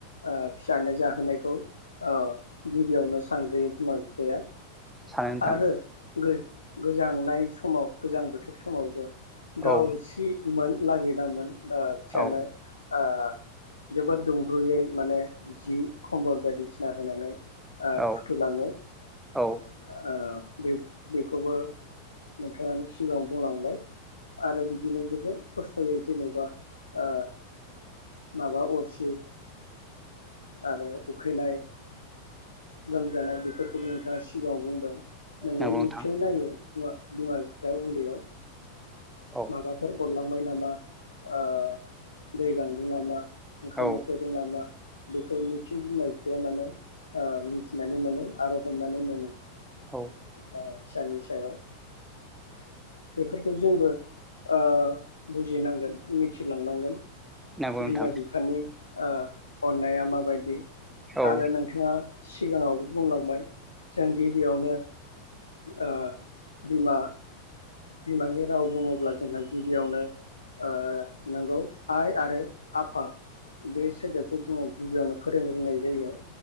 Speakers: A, on the left; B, in the centre.
A: ओ फिसानो जाहोनायखौ ओ गिबियावनो सानग्रोयो बिमा बिफाया।
B: सानो नोंथां
A: आरो गो-गोजांनाय समाव गोजां बोथोर समावबो गाव
B: औ
A: सिमोन लागि दामोन ओ फिसानो
B: औ
A: ओ जोबोद दुंब्रुयै माने जि खम्बल बायदिसिना होनानै ओ
B: औ
A: फुथुलाङो ओ
B: औ
A: बे-बेखौबो नोंथाङानो सिगाङाव बुंलांबाय आरो बिदिनो जोबोद खस्थ'यै जेनेबा ओ माबा अरसि आरो उखैनाय लोमजानाय बेफोरखौबो नोंथाङा सिगाङाव बुंबाय नोंगौ
B: नंगौ
A: निचय
B: नोंथां
A: नायो ना बिमा बिफाया उन्दैयाव
B: औ
A: माबाफोर अरलां बाय नामा ओ दै गांदों नामा ओंखाम
B: औ
A: उखैदों नामा बेखौ निसय बिमा बिफाया माने ओ मिथिनानै मोनो आरो हमनानै मोनो
B: औ
A: <unintelligible> फिसानि सायाव बेफोरखौ जोंबो ओ बुजिनांगोन मिथिलांनांगोन
B: नंगौ नोंथां
A: बिमा बिफानि ओ अननाया माबायदि
B: औ
A: आरो नोंथाङा सिगाङावबो बुंलांबाय जों गिबियावनो ओ बिमा बिमानि राव बुङोब्ला जोंहा गिबियावनो ओ नंगौ आइ आरो आफा बे सोदोबखौ जोङो गिबियावनो फोरोंग्रोनाय जायो